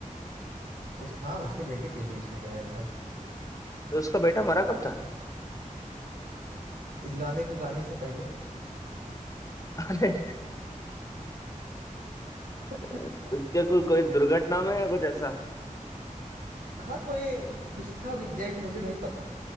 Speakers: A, on the right; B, on the left.
A: उस हाँ उसके बेटे के लिए उसने गाया था
B: तो उसका बेटा मरा कब था
A: इस गाने को गाने से पहले
B: <laughs> अरे
A: <laughs>
B: तो क्या कोई कोई दुर्घटना में या कुछ ऐसा
A: हाँ कोई कुछ था अब एग्जैक्ट मुझे नहीं पता